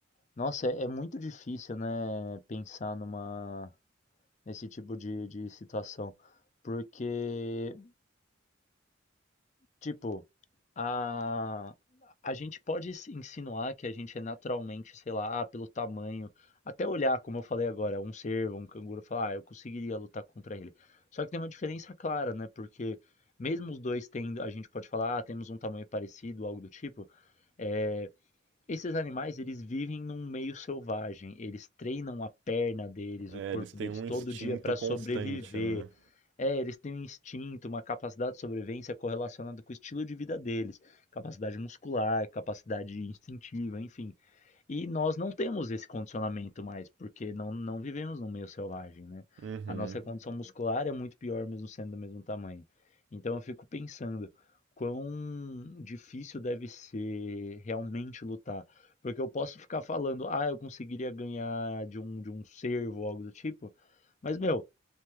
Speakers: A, on the left; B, on the right.
A: Nossa, é, é muito difícil, né, pensar numa, nesse tipo de, de situação, porque Tipo, a, a gente pode se insinuar que a gente é naturalmente, sei lá, ah, pelo tamanho, até olhar, como eu falei agora, um cervo, um canguru, falar, ah, eu conseguiria lutar contra ele. Só que tem uma diferença clara, né? Porque mesmo os dois tendo, a gente pode falar, ah, temos um tamanho parecido, algo do tipo, é, esses animais, eles vivem num meio selvagem, eles treinam a perna deles,
B: É,
A: o corpo
B: eles têm
A: deles
B: um
A: todo
B: instinto
A: dia para
B: constante,
A: sobreviver.
B: né?
A: É, eles têm um instinto, uma capacidade de sobrevivência correlacionada com o estilo de vida deles, capacidade muscular, capacidade instintiva, enfim. E nós não temos esse condicionamento mais, porque não, não vivemos num meio selvagem, né?
B: Hum.
A: A nossa condição muscular é muito pior mesmo sendo do mesmo tamanho. Então eu fico pensando quão difícil deve ser realmente lutar, porque eu posso ficar falando, ah, eu conseguiria ganhar de um de um cervo ou algo do tipo, mas meu